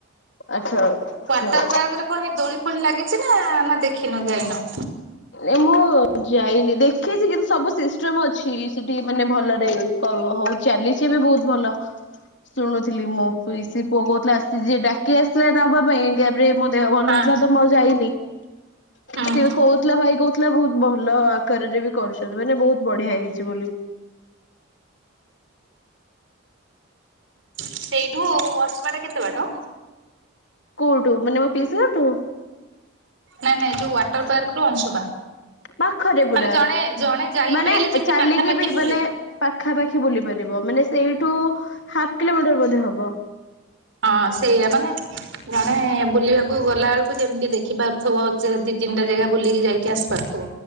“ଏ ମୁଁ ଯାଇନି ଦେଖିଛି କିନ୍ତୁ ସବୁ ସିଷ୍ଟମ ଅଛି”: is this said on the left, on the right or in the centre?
Left